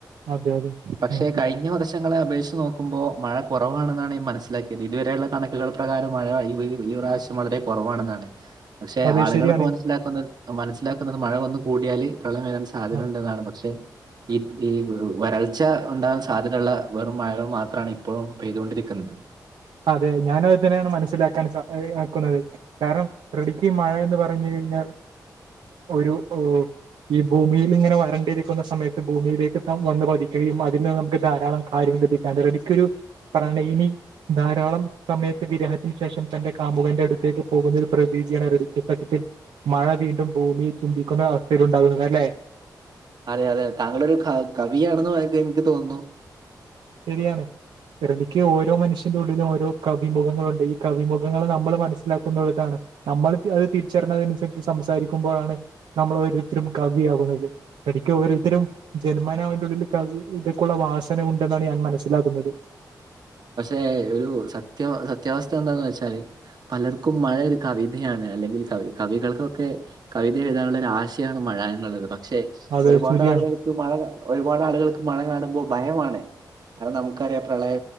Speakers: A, on the right (about 80°); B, on the right (about 60°).
A: അതെ അതെ
B: പക്ഷെ
A: ആ,
B: കഴിഞ്ഞ വർഷ ങ്ങളെ അപേക്ഷച്ച് നോക്കുമ്പോ മഴ കുറവാണെന്നാണ് ഞാൻ മനസ്സിലാക്കിയത്. ഇതുവരെയുള്ള കണക്കുകൾ പ്രകാരം മഴ <unintelligible> ഇപ്രാവശ്യം <unintelligible> വളരെ കൊറവാണെന്നാണ്, പക്ഷെ
A: അതെ
B: ആളുകള്ക്കെ
A: ശരിയാണ്
B: മനസ്സിലാക്കുന്നത് മനസ്സിലാക്കുന്നത് മഴ വന്ന് കൂടിയാല് പ്രളയം വരാൻ സാധ്യത
A: ആ,
B: ഉണ്ടെന്നാണ്. പക്ഷെ, ഈ ഈ വരൾച്ച ഉണ്ടാകാൻ സാധ്യതയുള്ള വെറും മഴകൾ മാത്രാണ് ഇപ്പോഴും പെയ്തുകൊണ്ടിരിക്കുന്നത്.
A: അതെ, ഞാനും അത്‌ തന്നെണ് മനസ്സിലാക്കാൻ സാ ആക്കുന്നത്. കാരണം <unintelligible> ഈ മഴ എന്ന് പറഞ്ഞു കഴിഞ്ഞാൽ ഒരു ഹ് ഈ ഭൂമിയിൽ ഇങ്ങനെ വരണ്ടിരിക്കുന്ന സമയത്ത് ഭൂമിയിലേക്ക് <unintelligible> വന്ന് പതിക്കുകയും അതിന്ന് നമുക്ക് ധാരാളം കാര്യങ്ങൾ ലഭിക്കാണ്ട് റെഡിക്കൊരു പ്രണയിനി ധാരാളം സമയത്തെ വിരഹത്തിന് ശേഷം തന്റെ കാമുകന്റെ അടുത്തേക്ക് പോകുന്ന ഒരു പ്രതീതിയാണ് <unintelligible> മഴ വീണ്ടും ഭൂമിയെ ചുംബിക്കുന്ന അവസ്ഥയിലുണ്ടാകുന്നത്, അല്ലേ?
B: അതെ അതെ. താങ്കളൊരു ക കവിയാണെന്ന് എനിക്ക് തോന്നുന്നു.
A: ശരിയാണ്. <unintelligible> ക്ക് ഓരോ മനുഷ്യന്റെ ഉള്ളിലും ഓരോ കവിമുഖങ്ങളുണ്ട്, ഈ കവിമുഖങ്ങള് നമ്മള് മനസ്സിലാക്കുന്നടത്താണ് നമ്മൾ അത് തിരിച്ചറിഞ്ഞതിനനുസരിച്ച് സംസാരിക്കുമ്പോഴാണ് നമ്മൾ ഓരോരുത്തരും കവിയാകുന്നത്. പഠിക്കും ഓരോരുത്തരും. ജന്മനാവന്റെ ഉള്ളില് <unintelligible> ഇതൊക്കുള്ള വാസന ഉ എന്നാണ് ഞാൻ മനസിലാക്കുന്നത്.
B: പക്ഷെ ഒരു സത്യ സത്യാവസ്ഥ എന്താന്ന് വെച്ചാല് പലർക്കും മഴ ഒരു കവിതയാണ് അല്ലെങ്കിൽ കവി കവികൾക്കൊക്കെ കവിത എഴുതാനുള്ളൊര് ആശയാണ് മഴ എന്നുള്ളത്, പക്ഷെ
A: അതെ
B: ഒരുപാടാളുകൾ
A: ശരിയാണ്
B: ക്ക് മഴ ഒരുപാട് ആളുകൾക്ക് മഴ കാണുമ്പോ ഭയമാണ്. കാരണം നമുക്കറിയാം പ്രളയ